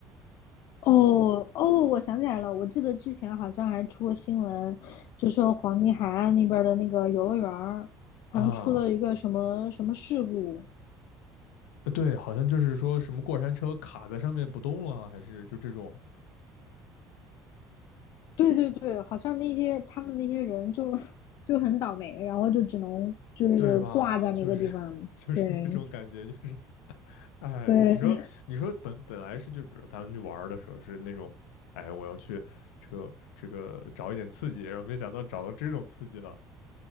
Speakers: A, on the left; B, on the left.
A: 哦哦，我想起来了，我记得之前好像还出过新闻，就说黄金海岸那边儿的那个游乐园儿，好像出了一个什么什么事故。
B: 啊，呃对，好像就是说什么过山车卡在上面不动了，还是就这种，
A: 对对对，好像那些他们那些人就 <laughs> 就很倒霉，然后就只能就是挂在那个地方。
B: 对吧？就是 <laughs> 就是那种感觉，
A: 对
B: 就是哎，
A: 对
B: 你说，你说本本来是就比如他们去玩儿的时候是那种，哎，我要去这个这个找一点刺激，然后没想到找到这种刺激了。